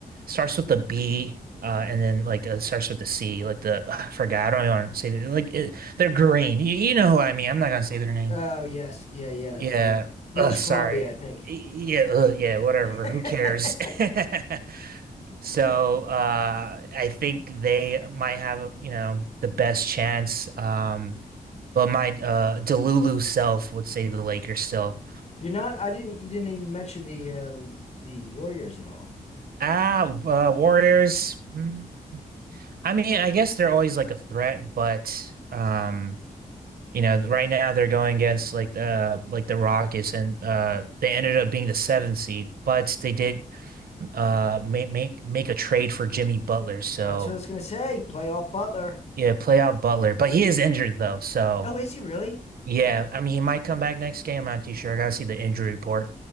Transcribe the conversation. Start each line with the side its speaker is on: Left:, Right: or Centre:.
Right: starts with the B, uh, and then like uh, starts with the C, like the ugh, I forgot. I don't want to say that. Like it, they're green. You, you know who I mean. I'm not gonna say their name.
Left: Oh, yes. Yeah, yeah.
Right: Yeah.
Left: Uh, British
Right: Ugh,
Left: Columbia,
Right: sorry.
Left: I think.
Right: Y- Yeah. Ugh, yeah. Whatever.
Left: <laughs>
Right: Who cares? <laughs> So uh, I think they might have, you know, the best chance. Um, but my uh, Delulu self would say the Lakers still.
Left: You're not. I didn't. You didn't even mention the uh, the the Warriors at all.
Right: Ah, uh, Warriors. mm, I mean, I guess they're always like a threat, but um, you know, right now they're going against like uh like the Rockets, and uh they ended up being the seventh seed, but they did uh make make make a trade for Jimmy Butler, so
Left: That's what I was gonna say. Playoff Butler.
Right: yeah, play out Butler, but he is injured though, so.
Left: Oh, is he really? <sighs>
Right: Yeah, I mean, he might come back next game. I'm not too sure. I gotta see the injury report.